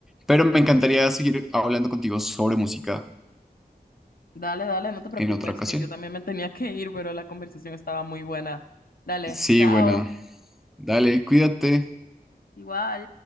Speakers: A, in the centre; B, on the left.
A: Pero me encantaría seguir hablando contigo sobre música
B: Dale, dale, no te preocupes,
A: en otra ocasión.
B: que yo también me tenía que ir, pero la conversación estaba muy buena. Dale,
A: Sí,
B: chao.
A: bueno, dale, cuídate.
B: Igual.